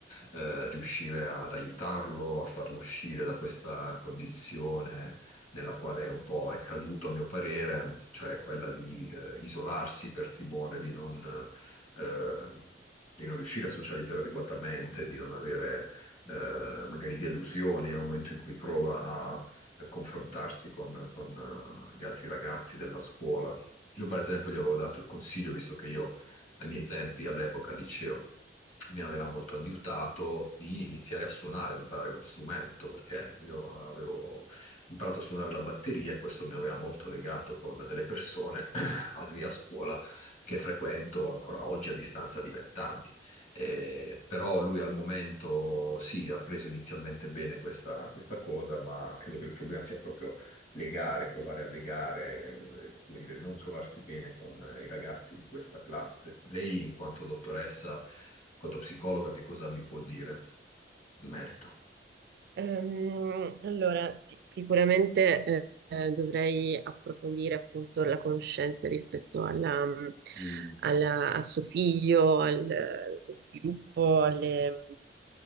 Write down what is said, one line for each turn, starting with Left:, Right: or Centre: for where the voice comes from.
Left: eh, riuscire ad aiutarlo, a farlo uscire da questa condizione nella quale un po' è caduto, a mio parere, cioè quella di eh, isolarsi per timore di non eh, di non riuscire a socializzare adeguatamente, di non avere eh, magari delusioni nel momento in cui prova a, a confrontarsi con, con, eh, gli altri ragazzi della scuola. Io, per esempio, gli avevo dato il consiglio, visto che io ai miei tempi, all'epoca, al liceo, mi aveva molto aiutato di iniziare a suonare, di imparare uno strumento, perché io avevo imparato a suonare la batteria e questo mi aveva molto legato con delle persone <coughs> <clears throat> lì a scuola che frequento ancora oggi a distanza di vent'anni. Eh, però lui al momento sì, ha preso inizialmente bene questa, questa cosa, ma credo che il problema sia proprio legare, provare a legare, eh, come dire, il non trovarsi bene con eh, i ragazzi di questa classe. Lei, in quanto dottoressa, in quanto psicologa, che cosa mi può dire in merito?
Right: Ehm, allora, sì, sicuramente eh, eh, dovrei approfondire appunto la conoscenza rispetto alla,
Left: Mm,
Right: alla- a suo figlio, al, allo sviluppo, alle,